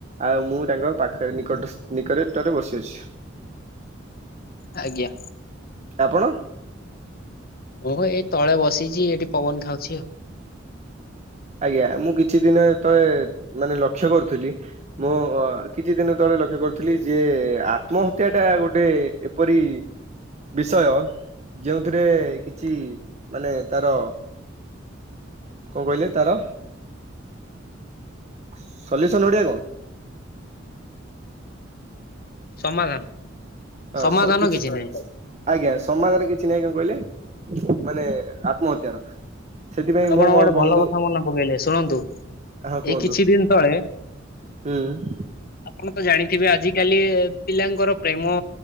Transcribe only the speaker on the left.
ଆଜ୍ଞା।
ଓଁ ଏଇ ତଳେ ବସିଛି ଏଇଠି ପବନ ଖାଉଛି ଆଉ ।
ସମାଧାନ।
ସମାଧାନ
ନାହିଁ
ଆପଣ
ଗୋଟେ ଭଲ
କଥା ମନେ ପକେଇଲେ ଶୁଣନ୍ତୁ
ଏଇ କିଛି ଦିନ ତଳେ
ଆପଣ ତ ଜାଣିଥିବେ ଆଜିକାଲି ପିଲାଙ୍କର ପ୍ରେମ